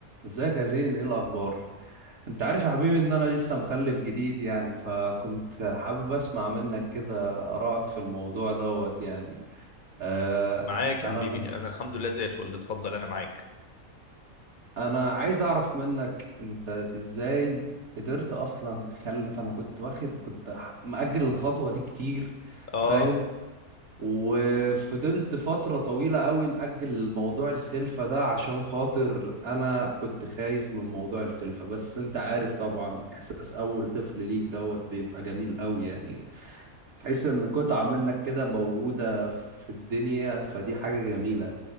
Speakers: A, on the right; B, on the left.
A: ازيك يا زين ايه الاخبار انت عارف يا حبيبي ان انا لسه مخلف جديد يعني فكنت حابب اسمع منك كده ارائك في الموضوع دوت يعني آه
B: معاك يا
A: انا
B: حبيبي
A: مح...
B: انا الحمد لله زي الفل اتفضل انا معاك
A: انا عايز اعرف منك انت ازاي قدرت اصلا تخلف انا كنت واخد كنت ح- مأجل الخطوة دي كتير
B: اه
A: فاهم وفضلت فترة طويلة قوي مأجل موضوع الخلفة ده عشان خاطر أنا كنت خايف من موضوع الخلفة بس أنت عارف طبعا إحساس أول طفل ليك دوت بيبقى جميل قوي يعني تحس إن قطعة منك كده موجودة في الدنيا فدي حاجة جميلة